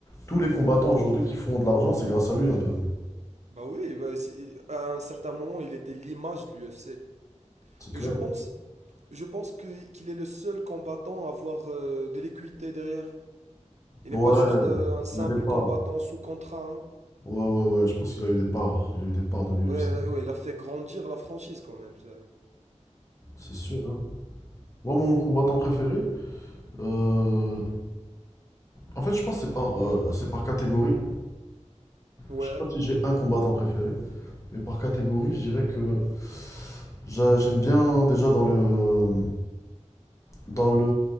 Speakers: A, on the left; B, on the right.
A: tous les combattants aujourd'hui qui font de l'argent, c'est grâce à lui un peu.
B: <laughs> bah oui, bah, c'est- à un certain moment, il était l'image de l'UFC.
A: C'est clair.
B: Et je pense, je pense que qu'il est le seul combattant à avoir euh, de l'équité derrière. Il
A: Ouais,
B: n'est pas juste euh, un simple
A: il a des parts.
B: combattant sous contrat. hein.
A: Ouais, ouais, ouais, je pense qu'il a eu des parts. Il a eu des parts de l'UFC.
B: Ouais, là- ouais, il a fait grandir la franchise quand même. ça-
A: C'est sûr, hein. Moi, mon combattant préféré, euh, en fait, je pense que c'est par, euh, c'est par catégorie.
B: Ouais.
A: Je sais pas si j'ai un combattant préféré, mais par catégorie, je dirais que j'a- j'aime bien déjà dans le dans le